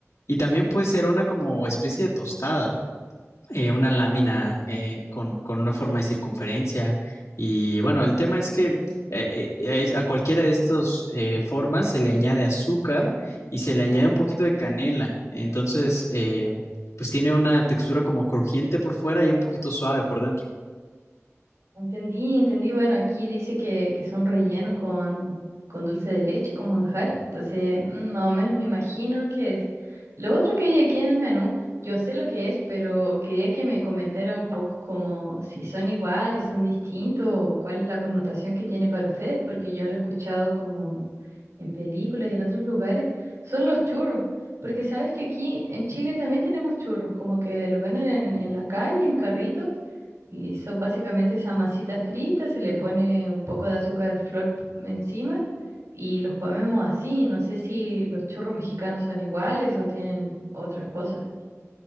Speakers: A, on the left (about 75°); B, on the right (about 75°).
A: Y también puede ser una como especie de tostada, eh, una lámina eh, con, con una forma de circunferencia. Y bueno, el tema es que eh, eh, es- a cualquiera de estas formas se le añade azúcar y se le añade un poquito de canela. Entonces, eh, pues tiene una textura como crujiente por fuera y un poquito suave por dentro.
B: Entendí, entendí. Bueno, aquí dice que, que son rellenos con, con dulce de leche, con manjar. Entonces, mm, más o menos me imagino qué es. Lo otro que hay aquí en el menú, yo sé lo que es, pero quería que me comentara un poco como si son iguales, son distintos, o cuál es la connotación que tiene para ustedes, porque yo lo he escuchado como en películas y en otros lugares. Son los churros, porque sabes que aquí en Chile también tenemos churros, como que los venden en, en la calle, en carritos y son básicamente esa masita frita, se le pone un poco de azúcar flor encima y los comemos así. No sé si los churros mexicanos son iguales o tienen otras cosas.